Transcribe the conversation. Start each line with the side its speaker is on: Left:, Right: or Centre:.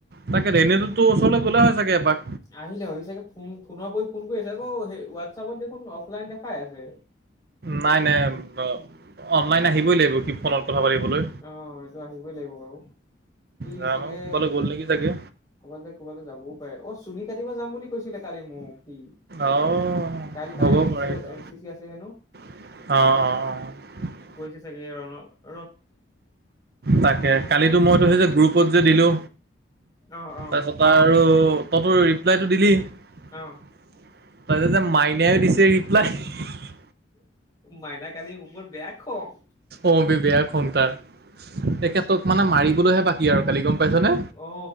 Right: তাকে এনেতো তোৰ ওচৰলৈ গ'লে হয় চাগে এপাক।
Left: আহিলে হৈ চাগে ফোন ফোনৰ ওপৰি ফোন কৰিছে আকৌ সেই হোৱাটছআপত দেখোন অফলাইন দেখাই আছে
Right: নাই নাই ব অনলাইন আহিবই লাগিব সি ফনত কথা পাতিবলৈ
Left: অ এইটো আহিবই লাগিব বাৰু সি
Right: জানো
Left: চাগে
Right: ক'বালৈ গ'ল নেকি চাগে
Left: কবালে-কবালে যাবও পাৰে। অ চুলি কাতিব যাম বুলি কৈছিলে কালি মোক। উম
Right: অ
Left: কাইলৈ
Right: হ'ব
Left: তাৰ এন চি
Right: পাৰে
Left: চি-এন
Right: সেইটো
Left: চি চি আছে হেনো।
Right: অ অ অ।
Left: গৈছে চাগে ৰণৰ
Right: তাকে, কালিতো মইতো সে যে গ্ৰুপ ত যে দিলোঁ
Left: অ অ
Right: তাৰপিছৰ পৰা আৰু তহঁতেটো ৰিপ্লাইটো দিলি। তাৰপিছত
Left: অ
Right: যে মাইনাই দিছে ৰিপ্লাই সি সি
Left: মাইনা কালি মোৰ ওপৰত বেয়া খং।
Right: অ বে বেয়া খং তাৰ। তেখেতক মানে মাৰি বলেহে বাকী আৰু কালি গম পাইছনে?
Left: অ